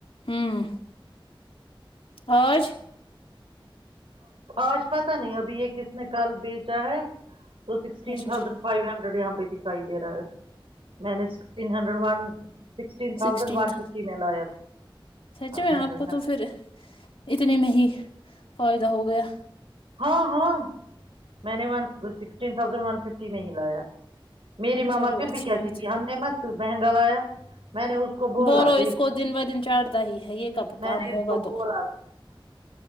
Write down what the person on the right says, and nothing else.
آج پتا نہیں ابھی یہ کس نے کل بیچا ہے تو سکسٹین
تھازنڈ
فائیو ہنڈریڈ یہاں پر دکھائی دے رہا ہے میں نے sixteen hundred one sixteen
one
ففٹی میں لایا تھا
اب
ہنڈریڈ
ہاں ہاں میں نے one sixteen thousand one fifty میں ہی لایا میری ماما
پھر
بھی کہتی
تھی
ہم نے مت مہنگا لایا میں نے اس کو بولا
دیکھنا
میں
نے
اس کو
بولا